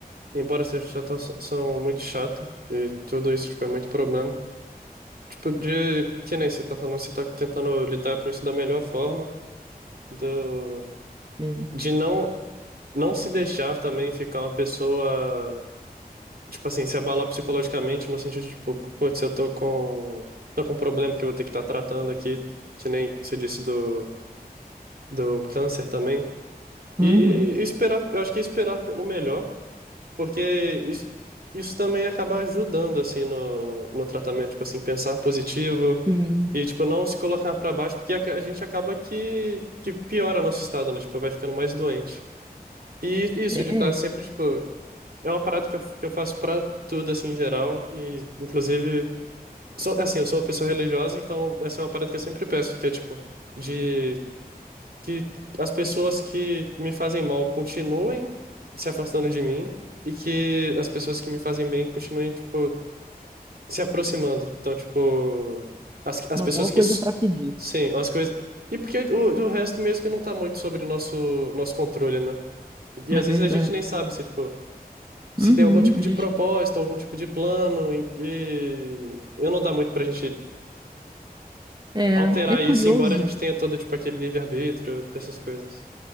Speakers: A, on the right (about 70°); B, on the right (about 25°).
A: embora seja situação muito chata, e tudo isso, tipo, é muito problema. Tipo, de que nem você tá falando, você tá tentando lidar com isso da melhor forma, do,
B: Sim.
A: de não, não se deixar também ficar uma pessoa, tipo assim, se abalar psicologicamente, no sentido de, tipo, putz, eu tô com, tô com um problema que eu vou ter que estar tratando aqui, que nem você disse do, do câncer também.
B: Uhum.
A: E esperar, eu acho que é esperar pelo melhor Porque isso, isso também acaba ajudando, assim, no, no tratamento, tipo assim, pensar positivo
B: Sim.
A: e, tipo, não se colocar pra baixo, porque a, a gente acaba que, que piora nosso estado, né? Tipo, vai ficando mais doente. E isso
B: É
A: de estar sempre, tipo, é uma parada que eu, que eu faço pra tudo, assim, em geral, e, inclusive, sou, assim, eu sou uma pessoa religiosa, então essa é uma parada que eu sempre peço, que é, tipo, de que as pessoas que me fazem mal continuem se afastando de mim e que as pessoas que me fazem bem continuem, tipo, se aproximando. Então, tipo, as, as
B: uma
A: pessoas
B: boa coisa
A: que. s-
B: para pedir.
A: Sim, as coisas. E porque o, o resto mesmo que não tá muito sobre nosso, nosso controle, né? E, às
B: É
A: vezes
B: verdade.
A: a gente nem sabe se, tipo, se
B: Uhum.
A: tem algum tipo
B: A
A: de
B: gente-
A: propósito, algum tipo de plano, em- e eu não dá muito pra gente
B: É,
A: alterar
B: é curioso.
A: isso, embora a gente tenha todo, tipo, aquele livre-arbítrio, dessas coisas.